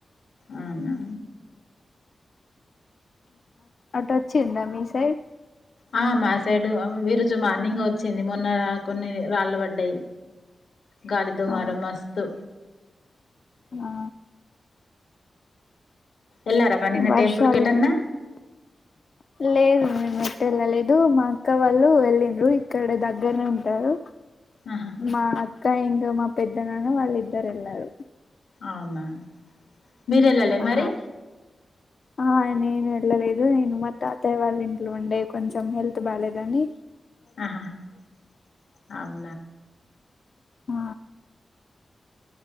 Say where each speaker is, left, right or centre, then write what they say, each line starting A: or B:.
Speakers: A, on the left; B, on the left.
A: అవునా
B: అటు వచ్చిందా మీ సైడ్
A: ఆ మా సైడ్ ఈ రోజు మార్నింగ్ వచ్చింది మొన్న కొన్ని రాళ్ళు పడ్డాయి గాలిదుమార
B: ఆ
A: మస్తు
B: ఆ
A: ఎల్లారా మరి నిన్న
B: వర్షాలు
A: టెంపుల్ కెటన్నా
B: లేదు మేము వెళ్ళలేదు మా అక్క వాళ్ళు వెళ్ళిండ్రు ఇక్కడ దగ్గరనే ఉంటారు
A: ఆహా
B: మా అక్క ఇంక మా పెద్ద నాన్న వాళ్ళిద్దరు వెళ్ళారు
A: అవునా మీరు వెళ్ళలే
B: ఆ
A: మరి
B: ఆ నేను వెళ్ళలేదు నేను మ తాతయ్య వాళ్ళ ఇంట్లో ఉండే కొంచెం హెల్త్ బాగాలేదని
A: ఆహాా ఉ
B: ఆ